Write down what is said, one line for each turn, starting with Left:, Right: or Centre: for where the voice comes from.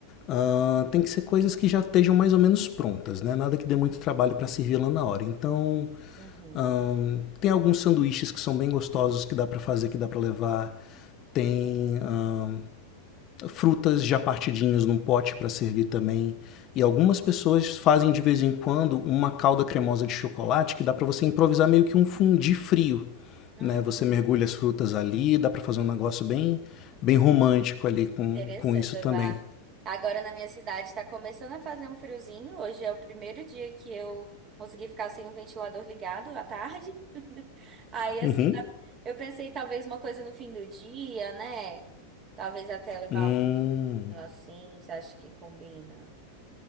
Left: ah, tem que ser coisas que já estejam mais ou menos prontas, né? Nada que dê muito trabalho para servir lá na hora. Então,
Right: Uhum.
Left: ahn, tem alguns sanduíches que são bem gostosos que dá para fazer, que dá para levar. Tem ahn, frutas já partidinhas num pote para servir também. E algumas pessoas fazem de vez em quando uma calda cremosa de chocolate que dá para você improvisar meio que um fundi frio.
Right: Uhum.
Left: Né? Você mergulha as frutas ali, dá para fazer um negócio bem, bem romântico ali com,
Right: Interessante
Left: com isso
Right: levar.
Left: também.
Right: Agora na minha cidade está começando a fazer um friozinho. Hoje é o primeiro dia que eu consegui ficar sem o ventilador ligado à tarde. <laughs> Aí assim,
Left: Uhum.
Right: dá- eu pensei talvez uma coisa no fim do dia, né? Talvez até levar
Left: Hum.
Right: um vinho assim, você acha que combina?